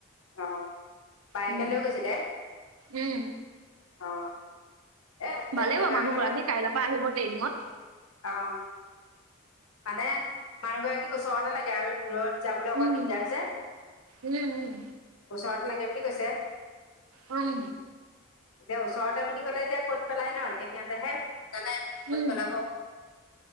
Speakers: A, on the left; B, on the right.
A: অ বায়েকে
B: উম,
A: লৈ গৈছিলে
B: উম।
A: অ'। এ
B: ভালে
A: এগৰাকী
B: বাৰু মানুহ
A: মানুহক
B: গৰাকী কাইলৈ পৰা আহিব ট্ৰেইনিঙত।
A: অ'। মানে মানুহগৰাকীক ওচৰতে লাগে আৰু দূৰত যাবলৈ অকণ
B: উম,
A: দিগদাৰ যে,
B: উম, উম,
A: ওচৰত লাগে বুলি কৈছে।
B: উম।
A: এতিয়া ওচৰতে বুলি ক'লে এতিয়া ক'ত পেলাই ন' এতিয়া সিহঁতেহে জানে ক'ত
B: উম,
A: পেলাব।